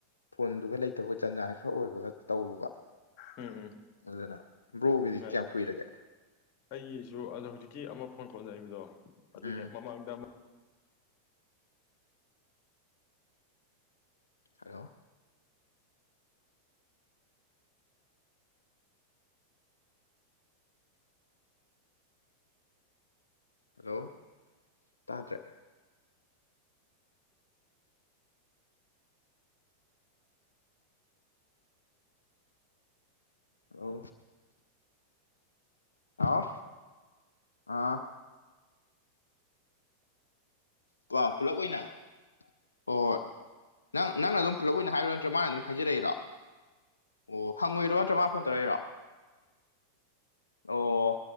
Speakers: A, on the left; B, on the left.
A: ꯐꯣꯟꯗꯨꯒ ꯂꯩꯇꯕꯒ ꯖꯟꯖꯥꯟ ꯈꯔ ꯑꯣꯏꯕꯒ ꯇꯧꯔꯨꯕ
B: ꯎꯝ ꯎꯝ
A: ꯑꯗꯨꯅ ꯕ꯭ꯔꯣꯒꯤꯗꯤ
B: ꯌꯥꯏ
A: ꯀꯌꯥꯝ ꯀꯨꯏꯔꯒꯦ?
B: ꯑꯩꯒꯤꯁꯨ ꯑꯗꯣ ꯍꯧꯖꯤꯛꯀꯤ ꯑꯃ ꯐꯣꯟ ꯀꯣꯜ ꯂꯩꯕꯗꯣ ꯑꯗꯨꯒꯤ
A: ꯎꯝ
B: ꯍꯦꯛ ꯃꯃꯥꯡꯗ ꯑꯃ
A: ꯍꯂꯣ ꯍꯜꯂꯣ ꯇꯥꯗ꯭ꯔꯦ ꯍꯂꯣ ꯍꯥꯎ ꯑꯥ ꯄꯨꯂꯞ ꯑꯣꯏꯅ ꯍꯣ ꯍꯣꯏ ꯅꯪ ꯅꯪꯅ ꯑꯗꯨꯝ ꯄꯨꯂꯞ ꯑꯣꯏꯅ ꯍꯥꯏꯔꯣ ꯅꯠꯇ꯭ꯔ ꯃꯥꯅ ꯑꯗꯨꯝ ꯍꯥꯏꯖꯔꯛꯏꯔꯣ? ꯑꯣ ꯍꯪꯉꯨꯏꯔꯣ ꯅꯠꯇ꯭ꯔ ꯃꯥ ꯐꯣꯟ ꯇꯧꯔꯛꯏꯔꯣ ꯑꯣ